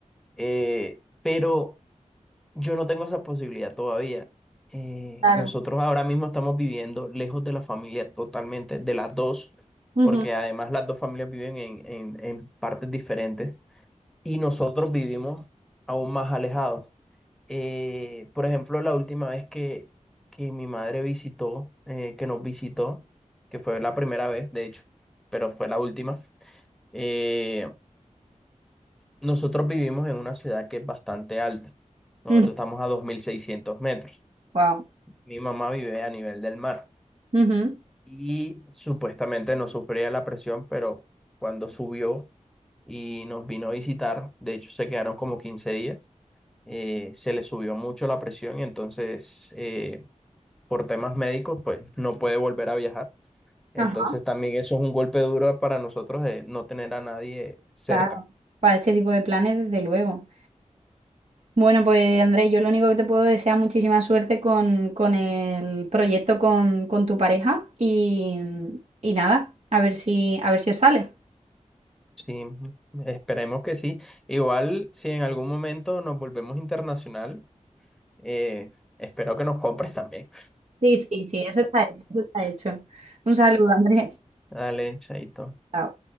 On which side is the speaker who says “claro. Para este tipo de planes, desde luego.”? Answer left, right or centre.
Right